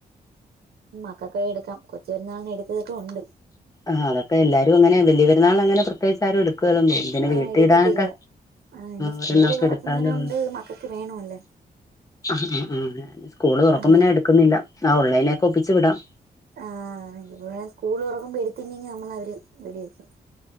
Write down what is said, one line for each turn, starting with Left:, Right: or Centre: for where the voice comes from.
Right: മക്കക്കുപോയെടുക്കാം കൊച്ച് ച്ചു പെരുന്നാളിന് എടുത്തതൊക്കെ ഉണ്ട്.
Left: ആ അതൊക്കെ എല്ലാരും അങ്ങനയാ വല്യ പെരുന്നാളിന് പ്രത്യേകിച്ച് ആരും എടു ക്കേലന്നു തോന്നുന്നു. പിന്നെ
Right: ആഹ്
Left: വീട്ടി
Right: എടുക്കത്തില്ല
Left: ഇടാനൊക്കെ
Right: ആഹ് ഇനി സ്കൂള്
Left: ഒരെണ്ണൊക്കെ
Right: തുറക്കുന്നതിനോണ്ട്
Left: എടുത്താലൊള്ളൂ.
Right: മക്കൾക്ക് വേണമല്ലോ
Left: ആ ആ ആ സ്‌കൂള് തുറക്കുമ്പേ
Right: അന്നേരം
Left: ഞാൻ എടുക്കുന്നില്ല. ആ ഒള്ളേനൊക്കെ ഒപ്പി ച്ച് വിടാം
Right: ആ <unintelligible> സ്‌കൂള് തുറക്കുമ്പേ എ ത്തില്ലെങ്കി നമ്മളെ അവര് വെടിവക്കും.